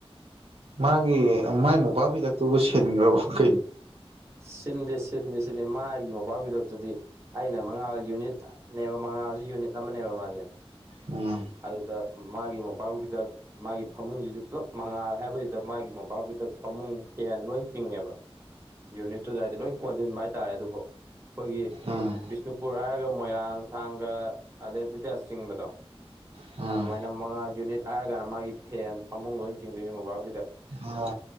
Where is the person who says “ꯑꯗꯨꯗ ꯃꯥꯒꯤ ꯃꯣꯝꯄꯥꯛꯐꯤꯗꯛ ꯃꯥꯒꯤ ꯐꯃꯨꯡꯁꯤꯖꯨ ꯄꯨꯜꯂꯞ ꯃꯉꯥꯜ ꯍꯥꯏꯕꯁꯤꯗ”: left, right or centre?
Right